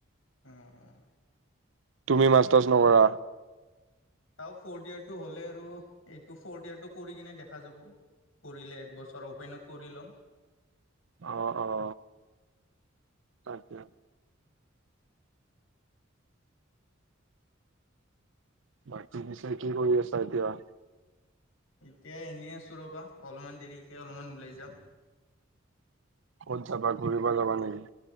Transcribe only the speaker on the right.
তুমি মাষ্টাৰ্ছ নকৰা?
অঁ, অ। তাকে। বাকী পিছে কি কৰি আছা এতিয়া?
ক'ত যাবা, ঘূৰিব যাবা নেকি?